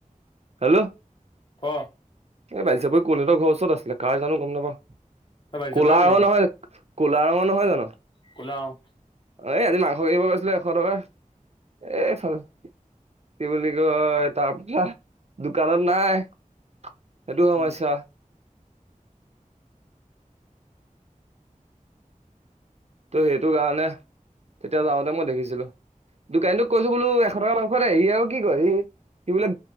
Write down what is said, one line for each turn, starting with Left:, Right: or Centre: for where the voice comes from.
Right: হেল্লো'
Left: ক
Right: এই বালিচাপৰি কলহঁৰ ওচৰত আছিলে কাৰ জানো গম নাপাওঁ।
Left: তই বালি চাপৰি
Right: কলা
Left: গলি
Right: ৰঙৰ
Left: গে
Right: নহয়, কলা ৰঙৰ নহয় জানো?
Left: ক'লা অ'
Right: এই আজি মাংস। সব গৈছিলে এশ টকা, এই ভাল। <unintelligible> কি বুলি কয় তাৰ পাহ দোকানত নাই সেইটো সমস্যা।
Left: উম
Right: ত' সেইটো কাৰণে, তেতিয়া যাওঁতে মই দেখিছিলো। দোকানীক কৈছো বোলো এশ টকা মাংস নাই সি আৰু কি কয় সি। কি বোলে